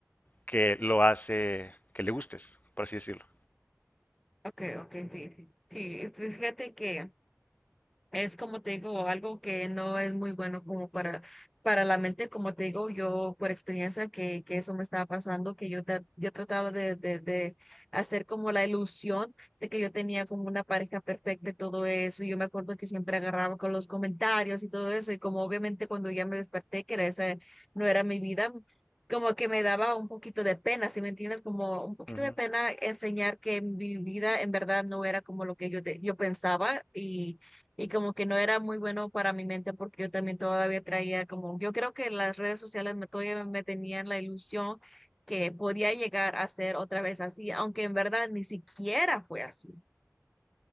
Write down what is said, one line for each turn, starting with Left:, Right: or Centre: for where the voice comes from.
Left: que lo hace que le gustes, por así decirlo.
Centre: ok, ok, sí. Sí, Sí, fíjate que Es como te digo, algo que no es muy bueno como para, para la mente, como te digo, yo por experiencia que, que eso me estaba pasando, que yo, tra- yo trataba de, de, de hacer como la ilusión de que yo tenía como una pareja perfecta y todo eso, y yo me acuerdo que siempre agarraba con los comentarios y todo eso, y como obviamente cuando ya me desperté, que era esa no era mi vida, como que me daba un poquito de pena, si me entiendes? Como un poquito
Left: Ujú.
Centre: de pena enseñar que mi vida en verdad no era como lo que yo, te- yo pensaba y y como que no era muy bueno para mi mente porque yo también todavía traía como, yo creo que las redes sociales me, todavía me tenían la ilusión que podía llegar a ser otra vez así, aunque en verdad ni siquiera fue así.